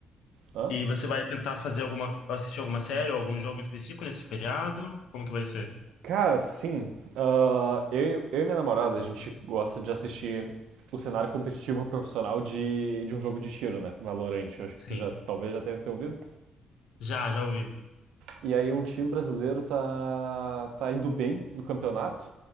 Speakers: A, on the right; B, on the left.
A: hã?
B: e você vai tentar fazer alguma... Assistir alguma série ou algum jogo específico nesse feriado? Como que vai ser?
A: Cara, sim. Ah, eu, eu e minha namorada, a gente gosta de assistir o cenário competitivo profissional de, de um jogo de tiro, né? Valorant. Eu acho que
B: Sim.
A: tu já, talvez já deve ter ouvido.
B: Já, já ouvi.
A: E aí um time brasileiro tá, tá indo bem no campeonato.